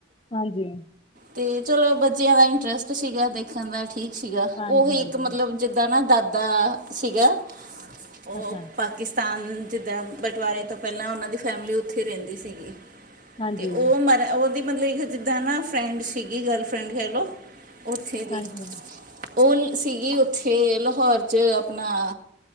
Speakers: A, on the left (about 30°); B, on the right (about 50°).
A: ਹਾਂਜੀ
B: ਤੇ ਚਲੋ ਬੱਚਿਆਂ ਦਾ ਇੰਟਰਸਟ ਸੀਗਾ ਦੇਖਨ ਦਾ ਠੀਕ ਸੀਗਾ
A: ਹਾਂਜੀ
B: ਉਹੀ
A: ਹਾਂਜੀ
B: ਇੱਕ ਮਤਲਬ ਜਿੱਦਾਂ ਨਾ ਦਾਦਾ ਸੀਗਾ ਉਹ
A: ਅੱਛਾ
B: ਪਾਕਿਸਤਾਨ ਜਿੱਦਾਂ ਬਟਵਾਰੇ ਤੋਂ ਪਹਿਲਾਂ ਉਹਨਾਂ ਦੀ ਫੈਮਿਲੀ ਉੱਥੇ ਰਹਿੰਦੀ ਸੀਗੀ
A: ਹਾਂਜੀ
B: ਤੇ ਉਹ ਮਤ ਉਹਦੀ ਮਤਲਬ ਇੱਕ ਜਿੱਦਾਂ ਨਾ ਫਰੈਂਡ ਸੀਗੀ ਗਰਲ ਫਰੈਂਡ ਕਹਿ ਲਓ ਉੱਥੇ ਦੀ
A: ਹਾਂਜੀ
B: ਉਹ ਸੀਗੀ ਉੱਥੇ ਲਹੌਰ 'ਚ ਅਪਨਾ